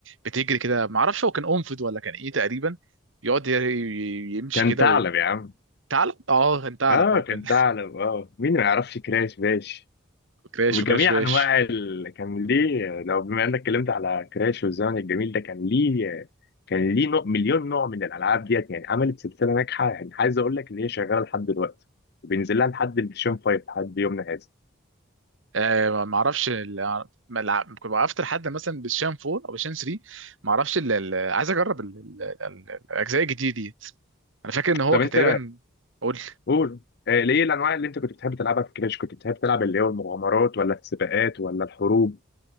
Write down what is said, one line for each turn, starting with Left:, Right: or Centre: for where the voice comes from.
Right: بتجري كده ما اعرفش هو كان انفد ولا كان ايه تقريبا يقعد ي- ي- يمشي
Left: كان
Right: كده
Left: ثعلب
Right: وي...
Left: يا عم
Right: ثعلب اه كان ثعلب
Left: اه
Right: اه
Left: كان
Right: كان
Left: ثعلب اه مين ما يعرفش كراش باش
Right: <laughs> كراش
Left: وجميع
Right: وكراش باش
Left: انواع ال... كان ليه لو بما انك اتكلمت على كراش والزمن الجميل ده كان ليه كان ليه نوع مليون نوع من الالعاب ديت يعني عملت سلسله ناجحه يعني عايز اقول لك ان هي شغاله لحد دلوقتي وبينزل لها لحد الشين فايف لحد يومنا هذا
Right: آه ما اعرفش ال- ما الع- كنت وقفت لحد مثلا بالشان 4 او بالشان 3 ما اعرفش ال- ال- عايز اجرب ال- ال- ال- الاجزاء الجديده ديت انا فاكر ان هو
Left: طب
Right: كان
Left: انت
Right: تقريبا قول
Left: قول آه، ليه الانواع اللي انت كنت بتحب تلعبها في كراش كنت بتحب تلعب اللي هو المغامرات ولا السباقات ولا الحروب